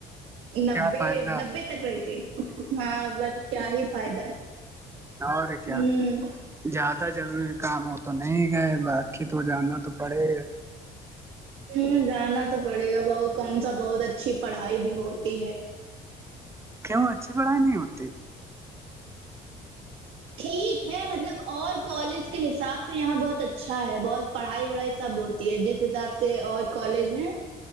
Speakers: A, on the right; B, on the right.
A: نبے
B: کیا فائدہ
A: نبے تکرئیتی ہ بس کیا ہی فائدہ
B: اور کیا
A: ہہم
B: زیادہ ضروری کام ہو تو نہیں گئے باقی تو جانا تو پڑے
A: ہہم جانا تو پڑے گا بہت کم سا بہت اچھی پڑھائی بھی ہوتی ہے
B: کیوں اچھی پڑھائی نہیں ہوتی
A: ٹھیک ہے مطلب اور کالج کے حساب سے یہاں بہت اچھا ہے بہت پڑھائی وڑھائی سب ہوتی ہے جس حساب سے اور کالج ہیں